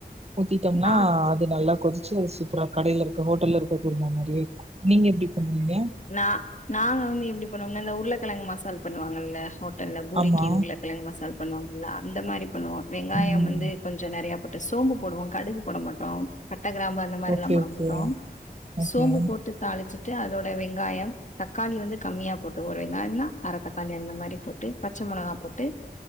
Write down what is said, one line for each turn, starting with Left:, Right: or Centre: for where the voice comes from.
Right: ஊத்திட்டோம்னா
Left: ஆ
Right: அது இது நல்லா கொதிச்சு <unintelligible> சூப்பரா கடைல இருக்க ஹோட்டல்ல இருக்க குருமா மாரியே இருக்கு நீங்க எப்டி பண்ணுவீங்க
Left: நா நாங்க வந்து எப்டி பண்ணுவோம்னா இந்த உருளக்கெழங்கு மசால் பண்ணுவாங்கல்ல ஹோட்டல்ல பூரிக்கி
Right: ஆமா
Left: உருளக் கெழங்கு மசால் பண்ணுவாங்கள்ள அந்த மாரி பண்ணுவோ வெங்காயம்
Right: ம்
Left: வந்து கொஞ்ச நறையா போட்டு சோம்பு போடுவோ கடுகு போட மாட்டோ பட்ட கிராம்பு அந்த மாரில்லா
Right: ஓகே
Left: போடமாட்டோ
Right: ஓகே ஓகே
Left: சோம்பு
Right: ஆ
Left: போட்டு தாளிச்சிட்டு அதோட வெங்காயம் தக்காளி வந்து கம்மியா போட்டு ஒரு வெங்காயம்னா அர தக்காளி அந்த மாரி போட்டு பச்ச மொளகா போட்டு